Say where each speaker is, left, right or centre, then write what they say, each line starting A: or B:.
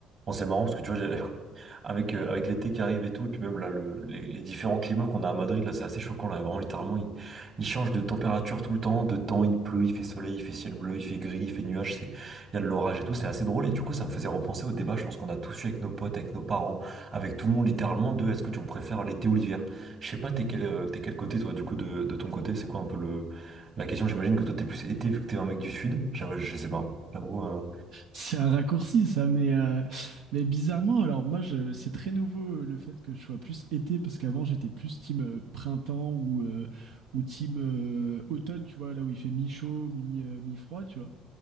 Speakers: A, on the right; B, on the right.
A: Bon, c'est marrant parce que tu vois, j'ai- <laughs> avec, euh, avec l'été qui arrive et tout, et puis même là, le, les, les différents climats qu'on a à Madrid, là, c'est assez choquant. Là, vraiment, littéralement, il, il change de température tout le temps, de temps, il pleut, il fait soleil, il fait ciel bleu, il fait gris, il fait nuage, c'est, il y a de l'orage et tout, c'est assez drôle. Et du coup, ça me faisait repenser au débat, je pense qu'on a tous eu avec nos potes, avec nos parents, avec tout le monde, littéralement, de est-ce que tu préfères l'été ou l'hiver? Je sais pas, t'es quel, euh, t'es quel côté, toi, du coup, de, de ton côté, c'est quoi un peu le, la question? J'imagine que toi, t'es plus été vu que t'es un mec du sud, J'avoue, je sais pas, j'avoue. euh,
B: C'est un raccourci, ça, mais, euh, mais bizarrement, alors moi, je, c'est très nouveau euh, le fait que je sois plus été, parce qu'avant, j'étais plus team euh, printemps ou, euh, ou team euh, automne, tu vois, là où il fait mi-chaud, mi, euh, mi-froid, tu vois.